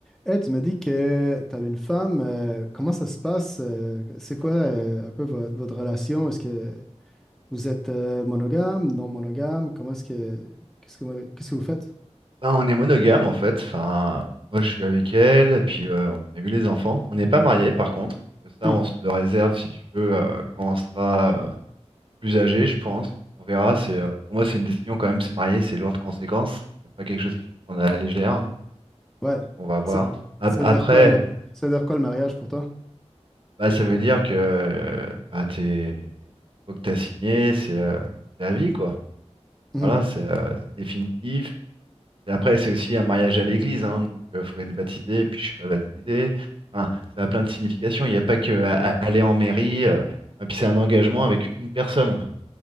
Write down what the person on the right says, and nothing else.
Ben, on est monogame en fait. Enfin, moi je suis avec elle, et puis euh, on a eu les enfants. On n'est pas mariés par contre, parce que ça
on se le réserve si tu veux euh, quand on sera euh, plus âgé, je pense. On verra. C'est euh, pour moi c'est une décision quand même. Se marier, c'est lourd de conséquences. C'est pas quelque chose qu'il faut prendre à la légère.
On va voir.
Ap-
Après,
bah ça veut dire que euh, bah, t'es faut que t'as signé, c'est euh, c'est la vie quoi.
Voilà, c'est euh, c'est définitif. Et après, c'est aussi un mariage à l'église, hein, donc il faut être baptisé, et puis je suis pas baptisé. Enfin, ça a plein de significations. Il n'y a pas que à- à aller en mairie. euh, et puis c'est un engagement avec une personne.